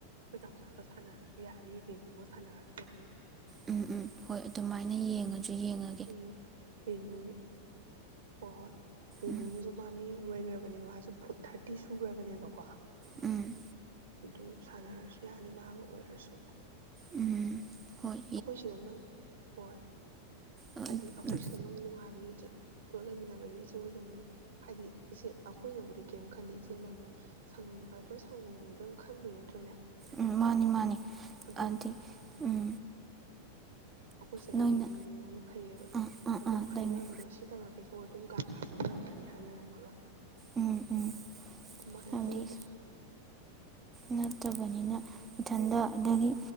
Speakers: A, on the right; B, on the right.
A: ꯈꯣꯢ ꯅꯥꯎꯆꯥꯒ ꯁꯥꯟꯅꯔꯖꯨ ꯌꯥꯅꯤ ꯕꯦꯅꯨꯒ ꯁꯥꯟꯅꯔꯖꯨ ꯌꯥꯅꯤ꯫
B: ꯎꯝ ꯎꯝ ꯍꯣꯢ ꯑꯗꯨꯃꯥꯢꯅ ꯌꯦꯡꯉꯖꯨ ꯌꯦꯡꯉ
A: ꯎꯝ ꯔꯦꯅꯨꯒꯤ ꯍꯣ-ꯍꯣꯢ ꯔꯦꯅꯨꯒꯤꯖꯨ
B: ꯎꯝ
A: ꯃꯥꯃꯤ ꯂꯣꯢꯒ꯭ꯔꯕꯅꯦ ꯃꯥꯖꯨ ꯐꯨꯠ ꯊꯥꯔꯇꯤ ꯁꯨꯒ꯭ꯔꯕꯅꯦꯕꯀꯣ꯫
B: ꯎꯝ
A: ꯗꯨ ꯁꯥꯟꯅꯔꯁꯨ ꯌꯥꯅꯤ ꯃꯥꯒ ꯑꯣꯢꯔꯁꯨ
B: ꯎꯝ ꯍꯣꯢ
A: ꯑꯈꯣꯢ ꯁꯤꯗꯅ ꯍꯣꯢ
B: ꯎꯝ
A: ꯍꯥꯢꯗꯤ ꯑꯈꯣꯢ
B: ꯎꯝ
A: ꯁꯤꯗꯅ ꯅꯨꯡꯉꯥꯢꯕꯅꯤ ꯆꯦ꯫ ꯄꯨꯂꯞ ꯂꯩꯃꯤꯟꯅꯕꯅꯤ ꯏꯆꯦ ꯍꯣꯢꯗ ꯑꯃꯨꯛ ꯍꯥꯢꯗꯤ ꯏꯆꯦ ꯑꯈꯣꯢꯅꯕꯨꯗꯤ ꯀꯩꯝ ꯈꯟꯗꯦ ꯏꯆꯦꯅ ꯃꯨꯛ ꯁꯪꯉꯝꯒꯗ꯭ꯔꯥ ꯁꯪꯉꯝꯃꯣꯢꯗ꯭ꯔꯥ ꯑꯃꯨꯛ ꯈꯟꯗꯣꯢ ꯅꯠꯇ꯭ꯔꯅꯦ꯫
B: ꯎꯝ ꯃꯥꯅꯤ ꯃꯥꯅꯤ
A: ꯑꯗꯨꯒ
B: ꯑꯗꯩ ꯎꯝ
A: ꯑꯈꯣꯏ ꯁꯦꯗ
B: ꯅꯣꯏꯅ
A: ꯂꯩꯃꯤꯟꯅꯕꯅꯤꯅꯅꯦ ꯐꯩꯌꯦꯕ
B: ꯑꯥ ꯑꯥ
A: ꯑꯗꯨꯝ
B: ꯑꯥ
A: ꯍꯥꯏꯅꯕꯗꯣ
B: ꯂꯩꯃꯤꯟ
A: ꯁꯤ ꯇꯧꯔꯛꯀꯦꯀꯣ ꯑꯗꯨꯝ ꯀꯥ-ꯀꯥꯗ ꯆꯪꯅꯒ꯭ꯔꯅꯤ ꯍꯥꯏꯅꯔꯝꯃꯒ
B: ꯎꯝ ꯎꯝ
A: ꯀꯃꯥꯢꯅ
B: ꯍꯥꯏꯕꯗꯤ
A: ꯇꯧꯕ
B: ꯅꯠꯇꯕꯅꯤꯅ ꯏꯊꯟꯗ
A: ꯎꯝ
B: ꯑꯗꯒꯤ